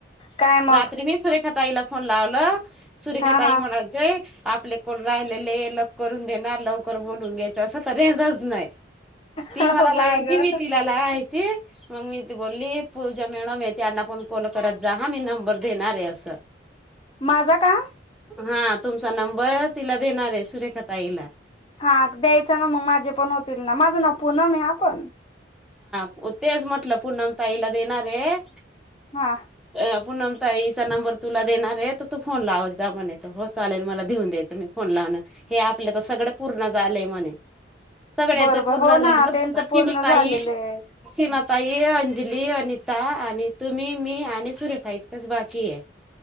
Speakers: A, on the left (about 30°); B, in the centre.
A: काय मग
B: रात्री मी सुरेखा ताईला फोन लावल सुरेखा
A: हा
B: ताई
A: हा
B: म्हणायचे आपले कोण राहिलेले लकरून देणार लवकर बोलून घ्यायच असं तर रेजच नाही ती
A: हा
B: मला लावायती
A: बाई ग
B: मी तिला लाहती. मग मी इती बोलली पूजा मेळ मीती अना पण कॉल कररात जा हा मी नंबर देणार आहे अस
A: माझा का
B: हा तुमचा नंबर तिला देणार आहे सुरेखा ताईला
A: हा द्यायचं ना मग माझे पण होतील ना माझं नाव पनम ह आपण
B: हो तेच म्हटलं पणम ताईला देणार आहे.
A: हा,
B: ईचा नंबर तुला देणार आहे तर तू फोन लाव जा म्ह तर चालेल मलाेऊन दयच मी फोन हे आपलं तर सगळ पूर्ण झालंय म्हणे सगळ्यांच
A: बर
B: पूर्ण
A: बर हो
B: झाले
A: ना त्यांचं
B: सीमा
A: पूर्ण
B: पा
A: झालेलं आहे
B: सीमा तय अंजली अनिता आणि तुम्ही मी आणि सुरेखा इतकच बाकी आहे